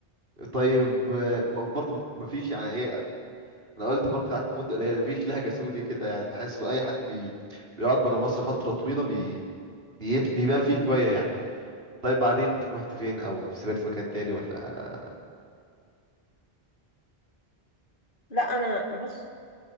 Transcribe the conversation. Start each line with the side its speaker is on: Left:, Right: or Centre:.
Right: طيب آه، ب- برضه مفيش يعني ايه انا قلت برضه قعدت مده قليله مفيش لهجه سوري كده يعني بحس باي حد بي... بيقعد بره مصر فتره طويله بي... بيت... بيبان فيه شويه يعني طيب بعدين رحت فين او سافرت مكان تاني ولا
Left: لا انا بص